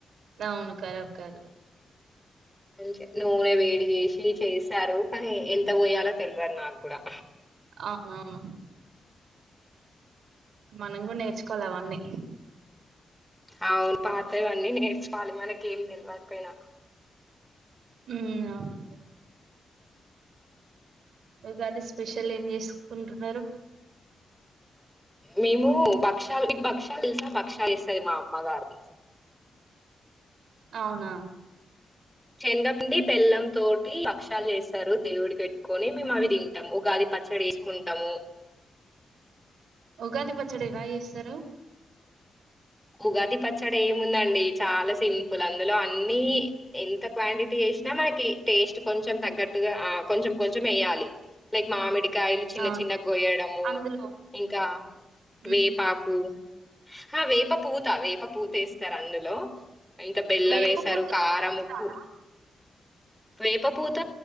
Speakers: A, on the right; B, in the centre.
A: అవును కరాబ్ కాదు
B: మంచి నూనె వేడి చేేసి చేస్తారు కానీ ఎంత పోయాలో తెల్వదు నాకు కూడా
A: అవునవును మనం కూడా నేర్చుకోవాలి అవన్నీ
B: అవును పాతవన్నీ నేర్చుకోవాలి మనకి ఏం తెల్వకపోయినా
A: మ్.... అవును ఉగాది స్పెషల్ ఏం చేసుకుంటున్నారు
B: మేము భక్షాలు మీకు భక్షాలు తెలుసా భక్షాలు చేస్తది మా అమ్మ గారు
A: అవునా
B: చెనగపిండి బెల్లం తోటి భక్షాలు చేస్తారు దేవుడికి పెట్టుకోని మేము అవి తింటాము ఉగాది పచ్చడి చే సుకుంటాము
A: ఉగాది పచ్చడి ఎలా చేస్తారు
B: ఉగాది పచ్చడి ఏముందండి చాలా సింపుల్ అందులో అన్నీ ఎంత క్వాంటిటీ వెసినా మనకి టేస్ట్ కొంచెం తగ్గట్టుగా ఆ.. కొంచెం కొంచెం వేయాలి లైక్ మామిడి కాయలు చిన్న
A: ఆ
B: చిన్న గొయ్యడము
A: అందులో
B: ఇంకా
A: ఉమ్,
B: వేపాకు హ వేప పూత వేప పూతెస్తరు అందులో ఇంక బెల్లం
A: వేప
B: వేసారు
A: పూత వేసుకుంటారా?
B: కారం ఉప్పు
A: రాదా
B: వేప పూత